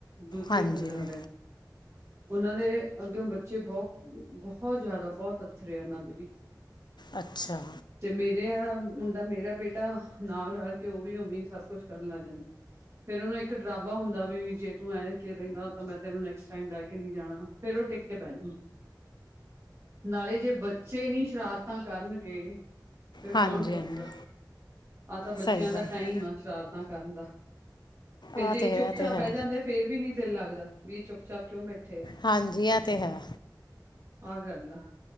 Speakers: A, on the right; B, on the left.
A: ਦੂਜੇ
B: ਹਾਂਜੀ
A: ਪੰਦਰਾਂ ਦੇਣ। ਉਹਨਾਂ ਦੇ, ਅੱਗਿਓ ਬੱਚੇ ਬੋਹ ਬੋਹੋਤ ਜ਼ਿਆਦਾ ਬੋਹਤ ਅਥਰੇ ਆ ਉਹਨਾਂ ਦੇ ਵੀ।
B: ਅੱਛਾ
A: ਤੇ ਮੇਰੇ ਆਲਾ ਮੁੰਡਾ ਮੇਰਾ ਬੇਟਾ ਨਾਲ ਰਲ ਕੇ ਉਹ ਵੀ ਉਵੇਂ ਹਿ ਸਭ ਕੁਛ ਕਰਨ ਲੱਗ ਜਾਂਦਾ। ਫੇਰ ਉਹਨੂੰ ਇੱਕ ਡਰਾਬਾ ਹੁੰਦਾ ਵੀ ਜੇ ਤੂੰ ਐ ਕਰੇਗਾ ਤਾਂ ਮੈਂ ਤੈਨੂੰ ਨੈਕਸ ਟਾਈਮ ਲੈ ਕੇ ਨਹੀਂ ਜਾਣਾ ਫੇਰ ਉਹ ਟਿੱਕ ਕੇ ਬੈ ਜਾਂ ਨਾਲੇ ਜੇ ਬੱਚੇ ਨੀ ਸ਼ਰਾਰਤਾਂ ਕਰਨਗੇ ਫਿਰ
B: ਹਾਂਜੀ
A: ਕੌਣ ਕਰੂਗਾ
B: ਹਾਂਜੀ
A: ਆਹ ਤਾਂ ਬੱਚਿਆਂ
B: ਸਹੀ
A: ਦਾ
B: ਗੱਲ
A: ਟਾਈਮ ਆ ਸ਼ਰਾਰਤਾਂ ਕਰਨ ਦਾ ਫੇਰ
B: ਆ
A: ਜੇ
B: ਤੇ
A: ਚੁੱਪ-ਚਾਪ
B: ਹੈ ਇਹ ਤੇ ਹੈ
A: ਬਹਿ ਜਾਂਦੇ ਆ! ਫੇਰ ਵੀ, ਨੀ ਦਿਲ ਲੱਗਦਾ ਵੀ ਇਹ ਚੁੱਪ-ਚਾਪ ਕਿਉ ਬੈਠੇ ਆ?
B: ਹਾਂਜੀ ਆ ਤੇ ਹੈ।
A: ਆ ਗਿਆ ਅੱਲਾ